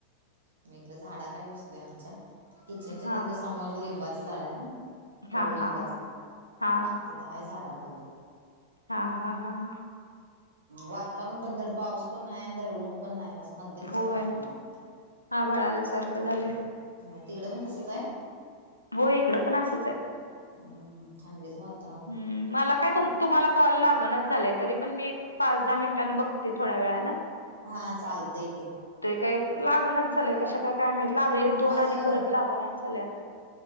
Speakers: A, on the right; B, on the left.
A: मी इकड झाडा खाली बसलोय आमच्या अच्छा किचनच्या
B: हा
A: तिथं समोर लिंबाच झाड आहे ना
B: हा
A: कडुलिंबाच
B: हा हा हा हा
A: तिथं हाय झाडाखाली
B: हा हा हा हा
A: वातावरण पण धड पाऊस पण नाही आणि धड ऊन पण नाही असं मध्यमच
B: होय
A: वातावरण आहे
B: आभाळ आल्यासारखं झालंय
A: मग तिकडें पण तसंच आहे
B: हो इकडं पण असंच आहे
A: हम्म थंडीचं वाजायला
B: हम्म मला काय तुम तुम्हाला कॉल लागणच झालंय तरी पण मी एक पाच दहा मिनिटांंन बघते थोड्या वेळान
A: हा चालतंय की
B: काय लागणच झालंय कशा काय काय लागले दोन
A: माझं
B: आणि परत लागणच झालंय आता